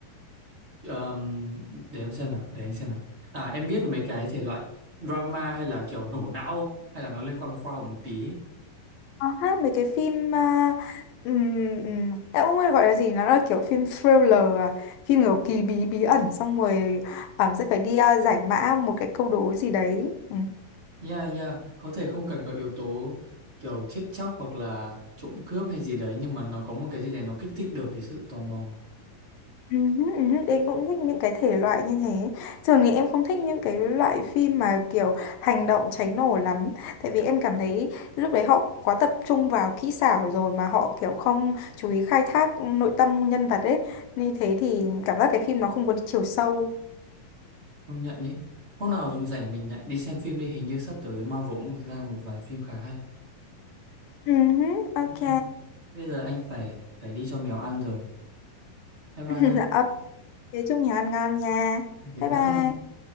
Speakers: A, on the right (about 20°); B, on the left (about 75°).
A: Ờm, để em xem nào, để anh xem nào. À em biết mấy cái thể loại drama hay là kiểu nổ não không? Hay là nó liên quan một khoa học một tí ấy?
B: Có hát mấy cái phim à, ừm, ừm, em không biết gọi là gì, nó là kiểu phim thriller à, phim kiểu kỳ bí bí ẩn xong rồi àm, sẽ phải đi à, giải mã một cái câu đố gì đấy. Ừ.
A: Yeah, yeah, có thể không cần có yếu tố kiểu chết chóc hoặc là trộm cướp hay gì đấy nhưng mà nó có một cái gì đấy nó kích thích được cái sự tò mò.
B: Ừ, hứ, ừ, hứ, em cũng thích những cái thể loại như thế Thường thì em không thích những cái loại phim mà kiểu hành động cháy nổ lắm Tại vì em cảm thấy lúc đấy họ quá tập trung vào kỹ xảo rồi Mà họ kiểu không chú ý khai thác nội tâm nhân vật ấy Như thế thì cảm giác cái phim nó không có chiều sâu
A: Công nhận đấy. Hôm nào rảnh mình lại đi xem phim đi, hình như sắp tới Marvel cũng ra một vài phim khá hay.
B: Ừ, hứ, ok
A: Ok, bây giờ anh phải phải đi cho mèo ăn rồi. Bye bye.
B: <laughs> Ok, chúc mình ăn ngon nha
A: Ok,
B: Bye
A: bye
B: bye
A: bye.